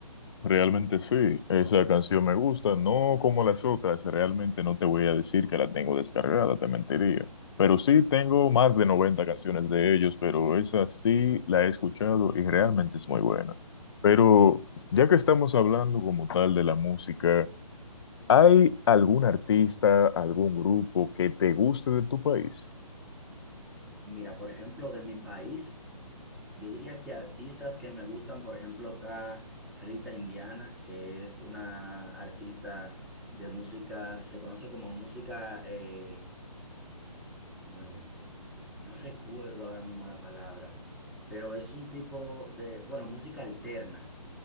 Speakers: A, on the left; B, in the centre.
A: Realmente sí, esa canción me gusta, no como las otras, realmente no te voy a decir que la tengo descargada, te mentiría. Pero sí tengo más de 90 canciones de ellos, pero esa sí la he escuchado y realmente es muy buena. Pero ya que estamos hablando como tal de la música, ¿hay algún artista, algún grupo que te guste de tu país?
B: Mira, por ejemplo, de mi país. Yo diría que artistas que me gustan, por ejemplo, está Rita Indiana, que es una artista de música, se conoce como música, eh, bueno, no recuerdo ahora mismo la palabra, pero es un tipo de, bueno, música alterna.